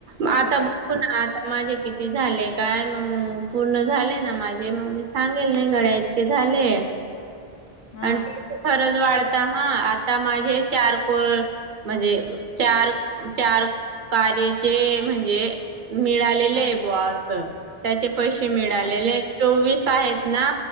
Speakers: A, on the left (about 50°); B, on the right (about 55°).
A: का
B: आता
A: ग ताई
B: बघू ना आता माझे किती झाले काय मग? हम् पूर्ण झाले ना माझे मग मी सांगेल नाही गड्या इतके झाले.
A: हा
B: आणि खरच वाढत. आता हा आता माझे चार को म्हणजे चार चार कार्याचे म्हणजे मिळालेलेत
A: हा
B: त्याचे पैस मिळाले
A: हा
B: चोविस आहेत ना